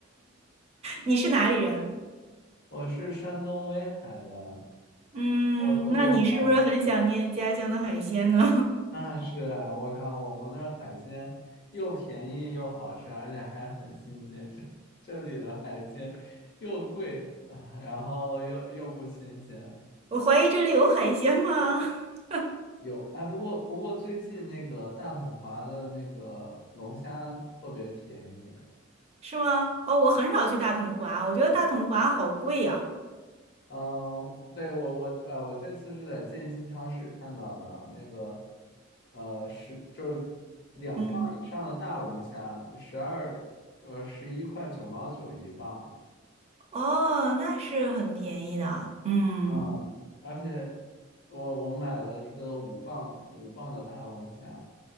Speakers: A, on the right; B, on the left.
A: 你是哪里人？
B: 我是山东威海的，
A: 嗯，
B: 我特别怀
A: 那你是不是很想念家乡的海鲜呢？
B: 那是啊！我靠，我们那儿海鲜又便宜又好吃，而且还很新鲜。这这里的海鲜又贵啊，<laughs> 然后又又不新鲜。
A: <laughs> 我怀疑这里有海鲜吗？<laughs>
B: 有，哎，不过不过最近那个大统华的那个龙虾特别便宜。
A: 是吗？哦，我很少去大统华，我觉得大统华好贵呀。
B: 嗯，对，我我呃，我这次是在建新超市看到的那个，呃，十就是两磅以上的大龙虾，
A: 嗯。
B: 十二呃十一块九毛九一磅，
A: 哦，那是很便宜的，嗯，
B: 嗯，而且我我买了一个五磅五磅的大龙虾，